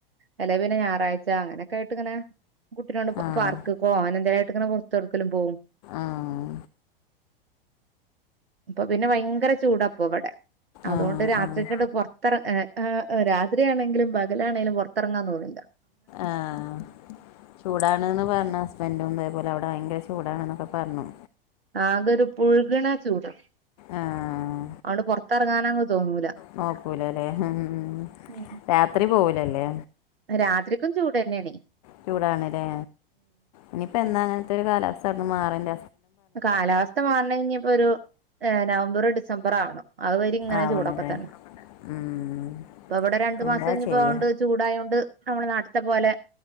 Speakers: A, on the right; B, on the left.
A: അല്ലെ പിന്നെ ഞായറാഴ്ച അങ്ങനെയൊക്കെ ആയിട്ടിങ്ങനെ കുട്ടിനോണ്ട്
B: ആഹ്
A: പാർക്ക് പോ അങ്ങനെ എന്തേലായിട്ടങ്ങനെ പുറത്ത് എവിടേക്കലും പോവും
B: ആഹ്
A: ഇപ്പൊ പിന്നെ ഭയങ്കര ചൂടാപ്പം ഇവിടെ അതുകൊണ്ട്
B: ആഹ്
A: രാത്രിങ്ങട്
B: ആഹ്
A: പുറത്ത് ഹേ ഹേ രാത്രിയാണെങ്കിലും കലാണേലും പുറത്തിറങ്ങാൻ തോന്നൂല്ല
B: ആഹ് ചൂടാണന്ന് പറഞ്ഞ് ഹസ്ബൻ്റും തേപോലെ അവിടെ ഭയങ്കര ചൂടാണന്നൊക്കെ പറഞ്ഞു.
A: ആകെ ഒരു പുഴുകണ ചൂട്
B: ആഹ്
A: അതോണ്ട് പുറത്തിറങ്ങാനങ്ങ് തോന്നൂല
B: നോക്കൂലല്ലേ ഉം ഉം
A: ഉം
B: രാത്രി പോകൂലല്ലേ
A: രാത്രിക്കും ചൂട് തന്നെയാണ്
B: ചൂടാണല്ലേ ഇനിയിപ്പ എന്നാണ് അങ്ങനത്തെ ഒരു കാലാവസ്ഥ ഒന്ന് മാറേണ്ട
A: കാലാവസ്ഥ മാറണെങ്കിപ്പൊരു ഏഹ് നവംബറ് ഡിസംബറ് ആവണം അതുവരെ ഇങ്ങനെ
B: ആവണല്ലേ
A: ചൂടൊക്കെ തന്നെ
B: ഉം
A: ഇവിടെ രണ്ടു
B: എന്താ
A: മാസം
B: ചെയ്യ
A: പോവണ്ട ഇനിയിപ്പോ ചൂടായൊണ്ട് നമ്മുടെ നാട്ടിത്തെ പോലെ